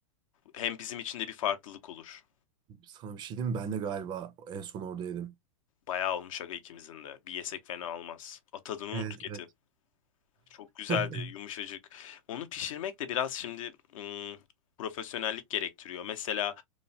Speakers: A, on the left; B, on the right.
A: Hem bizim için de bir farklılık olur.
B: Sana bir şey diyeyim mi? Ben de galiba en son orada yedim.
A: Bayağı olmuş aga ikimizin de. Bir yesek fena olmaz. Atadın onu
B: Evet
A: tüketin.
B: evet.
A: Çok güzeldi,
B: <laughs>
A: yumuşacık. Onu pişirmek de biraz şimdi ım, profesyonellik gerektiriyor. Mesela